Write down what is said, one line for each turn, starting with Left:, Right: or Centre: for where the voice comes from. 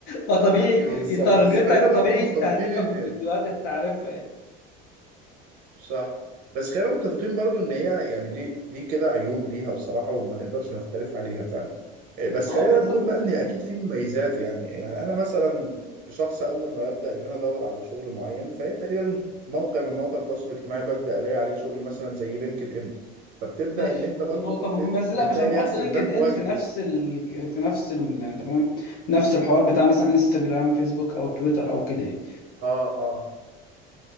Left: فطبيعي
Right: ايوه بالظبط
Left: يتارجتك
Right: بس خلينا برضو
Left: طبيعي
Right: متفقين
Left: يستهدفك
Right: ان
Left: بفيديوهات انت عارفها يعني
Right: صح بس خلينا متفقين برضو ان هي يعني دي دي كده عيوب ليها بصراحه وما نقدرش نختلف عليها فعلا إيه، بس
Left: ما
Right: خلينا
Left: هو بالظبط
Right: نقول بقى
Left: يعني
Right: ان اكيد في مميزات يعني يعني انا مثلا شخص اول ما ببدا ان انا ادور على شغل معين فهي تقريبا موقع من مواقع التواصل الاجتماعي ببدا الاقي عليه شغل مثلا زي لينكد ان فبتبدا
Left: ماشي
Right: ان انت برضو
Left: دي نقطة مهمة
Right: بت-
Left: بس لا
Right: بتلاقي
Left: مش هنحط
Right: ليها استخدام
Left: لينكد
Right: كويس
Left: ان في نفس ال... في نفس ال... يعني انت فاهم نفس الحوار بتاع مثلا انستجرام فيسبوك او تويتر او كده يعني
Right: اه اه